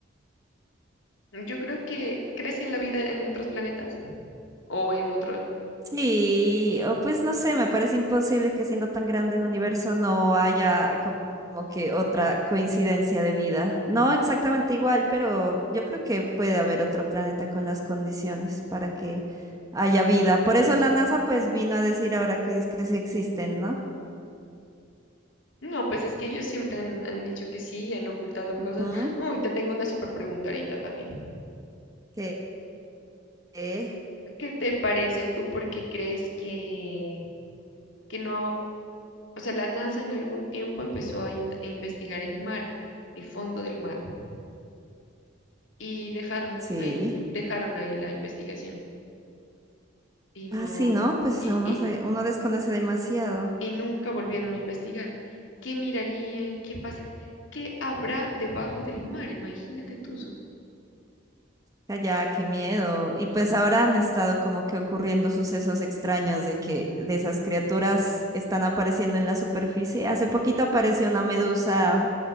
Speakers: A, on the left; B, on the right.
A: Yo creo que, ¿crees que en la vida en otros planetas? o en otro,
B: Sí, o pues no sé, me parece imposible que siendo tan grande el universo no haya como que otra coincidencia de vida. No exactamente igual, pero yo creo que puede haber otro planeta con las condiciones para que haya vida. Por eso la NASA pues vino a decir ahora que dice que sí existen, ¿no?
A: No, pues es que ellos siempre han, han dicho que sí y han ocultado
B: Ujú,
A: cosas. Uy, te tengo una súper pregunta ahorita también.
B: que que
A: ¿Qué te parece o tú por qué crees que, que no, o sea, la NASA en algún tiempo empezó a, in- a investigar el mar, el fondo del mar, y dejaron
B: Sí.
A: ahí, dejaron ahí la investigación y no,
B: Ah, sí, ¿no? Pues
A: y,
B: uno
A: y,
B: se, uno desconoce demasiado.
A: y nunca volvieron a investigar. ¿Qué mirarían? ¿Qué pasaría? ¿Qué habrá debajo del mar? Imagínate tú, Sof,
B: Calla, qué miedo. Y pues ahora han estado como que ocurriendo sucesos extraños de que de esas criaturas están apareciendo en la superficie. Hace poquito apareció una medusa